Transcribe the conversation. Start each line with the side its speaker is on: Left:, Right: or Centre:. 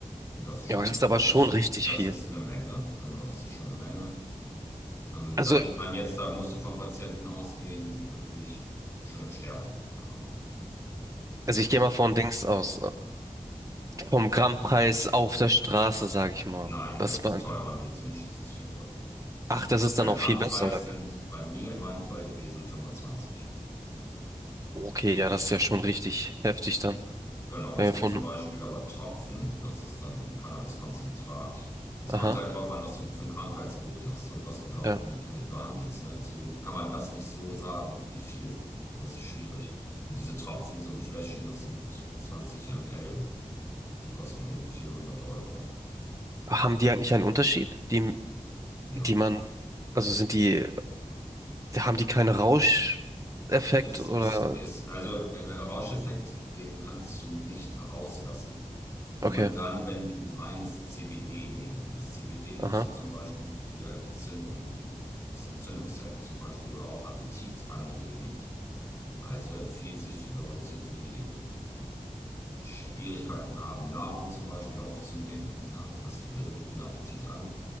Left: Und das ist schon,
Right: ja, aber das ist aber
Left: das
Right: schon
Left: ist,
Right: richtig
Left: das
Right: viel.
Left: ist eine Menge. Genau, das ist schon eine Menge. Ähm,
Right: Also,
Left: da geht man jetzt, da musst du von Patienten ausgehen, die wirklich schon im Sterben liegen dann auch.
Right: also ich gehe
Left: Gut.
Right: mal von Dings aus. Vom Grammpreis auf der Straße, sage ich mal.
Left: Nein,
Right: Das
Left: das ist
Right: war.
Left: teurer. Medizinisch ist es viel teurer.
Right: Ach, das ist
Left: Der
Right: dann auch
Left: Grammpreis
Right: viel besser, oder
Left: sind
Right: wie?
Left: bei mir in meinem Fall gewesen 25.
Right: Okay, ja, das ist ja schon richtig heftig dann.
Left: Genau,
Right: Wenn
Left: es
Right: wir
Left: gibt
Right: von.
Left: zum Beispiel aber Tropfen, das ist dann Cannabiskonzentrat. Es
Right: Aha.
Left: kommt halt darauf an, was du für ein Krankheitsbild hast und was du da auch
Right: Ja.
Left: mit, mit behandelst. Ne? Deswegen kann man das nicht so sagen, wie viel. Das ist schwierig. Und diese Tropfen, so ein Fläschchen, das sind 20 ml, die kosten um die 400 Euro.
Right: Haben die eigentlich einen Unterschied? Die,
Left: Ja,
Right: die man. Also sind die Haben die keinen Rauscheffekt
Left: Es
Right: oder?
Left: ist, es, also der der Rauscheffekt, den kannst du nicht rauslassen. Nur
Right: Okay,
Left: dann, wenn du reines CBD nehmen würdest. CBD nimmst
Right: aha,
Left: du zum Beispiel für Entzündungen, ist entzündungshemmend zum Beispiel oder auch appetitanregend. Also empfiehlt sich für Leute, die Schwierigkeiten haben, Nahrung zum Beispiel aufzunehmen. Ne? Das regt den Appetit an.